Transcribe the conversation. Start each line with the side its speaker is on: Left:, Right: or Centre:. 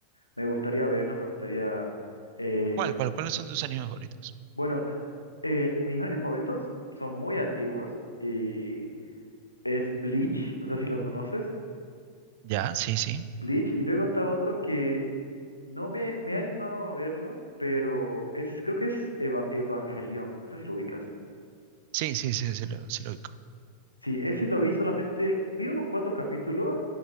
Left: Me gustaría verlos, me gustaría... eh,
Right: ¿Cuál, cuál, cuáles son tus animes favoritos?
Left: Bueno, eh, mis animes favoritos son muy antiguos y es Bleach, no sé si lo conoces.
Right: Ya, sí, sí.
Left: Bleach y luego está otro que no me, me he animado a verlo, pero es, creo que es Eva- Evangelion, no sé si lo ubicas.
Right: Sí, sí, sí, sí lo, sí lo ubico.
Left: Sí, ese lo vi solamente, vi unos cuantos capítulos